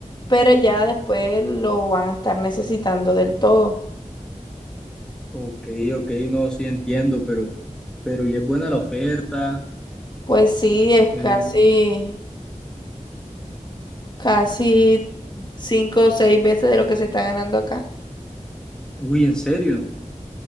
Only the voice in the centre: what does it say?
Ok, ok, no, sí entiendo, pero, pero y es buena la oferta.
eh,
uy, en serio.